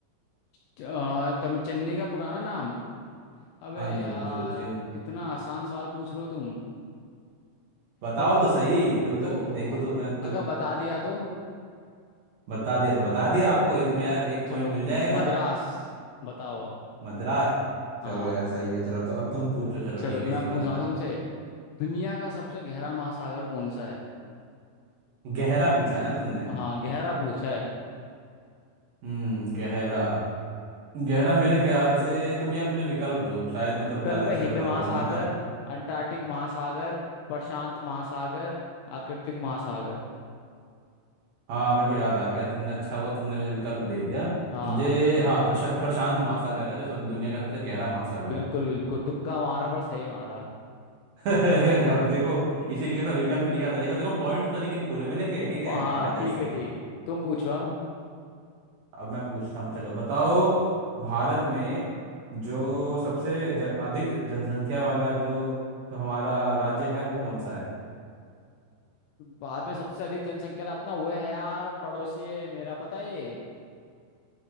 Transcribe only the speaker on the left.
च- आ, तुम चेन्नई का पुराना नाम अबे
यार
इतना आसान सवाल पूछ रहे हो तुम
तो
अम,
तो
अगर बता दिया तो
चलो
मद्रास बताओ अब
हाँ
चलो
मैं
पूछ
रहा
हूँ तुमसे दुनिया का सबसे गहरा महासागर कौन सा है
हाँ गहरा पूछा है
विकल्प
है हिंद
महासागर
अंटार्कटिक महासागर प्रशांत महासागर आर्कटिक महासागर
हाँ
बिल्कुल बिल्कुल तुक्का मारा पर सही मारा
<laughs>
हाँ
ठीक
है
ठीक तुम पूछो अब
भारत में सबसे अधिक जनसंख्या वाला अपना वो है यार पड़ोसी है मेरा पता है